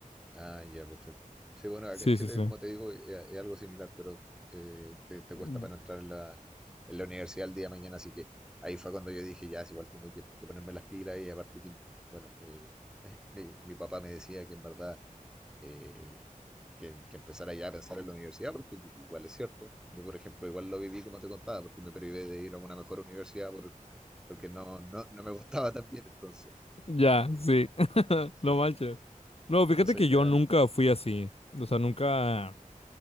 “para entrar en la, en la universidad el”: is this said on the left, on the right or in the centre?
Centre